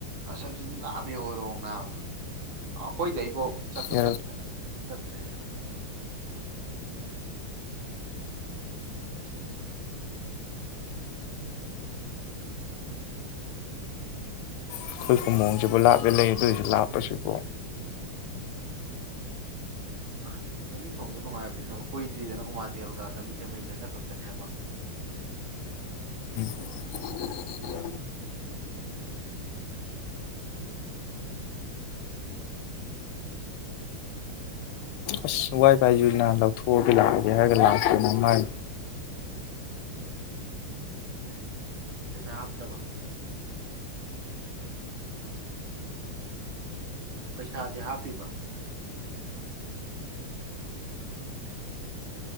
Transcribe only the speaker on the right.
ꯑꯁ ꯑꯗꯨꯗꯤ ꯂꯥꯞꯄꯦ ꯑꯣꯏꯔꯣꯡ ꯅꯥꯕ ꯑꯩꯈꯣꯏꯗꯩꯐꯥꯎ ꯆꯠꯄꯇꯟꯗꯅ
ꯇꯠꯇ꯭ꯔꯤꯅꯦ ꯎꯝ
ꯃꯥꯅꯤ ꯂꯝꯕꯤ ꯊꯣꯡꯗꯨꯅ ꯅꯨꯡꯉꯥꯏꯕꯅꯤꯅ ꯀꯨꯏꯗ꯭ꯔꯤꯗꯅ ꯎꯃꯥꯊꯦꯜꯒ ꯂꯝꯕꯤ ꯁꯦꯝꯃꯛꯏꯁꯦ ꯍꯟꯇꯛ ꯈꯛꯇꯅꯤ ꯍꯥꯏꯕ
ꯄꯩꯁꯥ ꯍꯥꯞꯇ꯭ꯔꯕꯥ ꯄꯩꯁꯥꯗꯤ ꯍꯥꯞꯄꯤꯕ